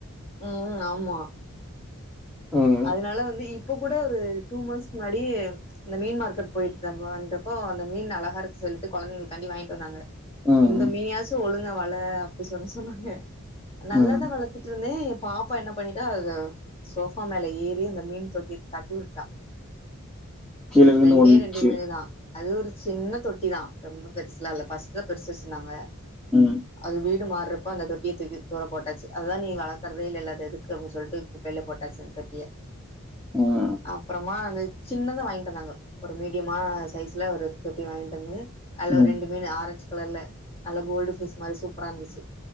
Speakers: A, on the left; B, in the centre.
A: ம் ஆமா
B: ம்
A: அதனால வந்து இப்ப கூட ஒரு டூ மந்த்ஸ்க்கு முன்னாடி இந்த மீன் மார்க்கெட் போய் த வந்தப்போ அந்த மீன் அழகாருக்கு சொல்லிட்டு கொழந்தைங்களுக்காண்டி வாங்கிட்டு வந்தாங்க
B: ம்
A: இந்த மீனயாச்சு ஒழுங்கா வள அப்டி சொன்ன சொன்னாங்க நல்லாதா
B: ம்
A: வளத்துட்ருந்தே எ பாப்பா என்ன பண்ணிட்டா அத சோஃப் ஃபா மேல ஏறி அந்த மீன் தொட்டிய தட்டி வுட்டுடா
B: கீழ விழுந்து
A: ரெண்டே
B: ஒடஞ்சிச்சு
A: ரெண்டு மீனுதா அது ஒரு சின்ன தொட்டிதா ரொம்ப பெருசுலா இல்ல பஸ்ட்தா பெருசு வச்சுருந்தாங்க
B: ம்
A: அது வீடு மாற்றப் ப அந்த தொட்டிய தூக்கி தூர போட்டாச்சு அதா நீ வளக்கற்தே இல்லல்ல அது எதுக்கு அப்டின் சொல்ட்டு குப்பைல போட்டாச்சு தொட்டிய
B: ம்
A: அப்றமா அந்த சின்னதா வாங்கிட்டு வந்தாங்க ஒரு மீடியமா சைஸ்ல ஒரு தொட்டி வாங்கிட்டு வந்து அதுல
B: ம்
A: ஒரு ரெண்டு மீனு ஆரஞ்ச் கலர்ல நல்லா கோல்டு ஃபிஷ் மாரி சூப்பரா இருந்துச்சு